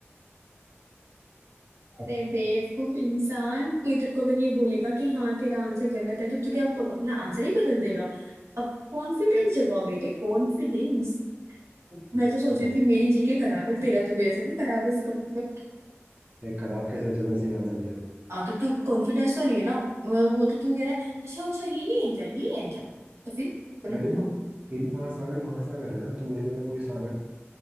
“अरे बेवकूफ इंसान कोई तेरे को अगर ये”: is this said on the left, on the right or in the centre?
Right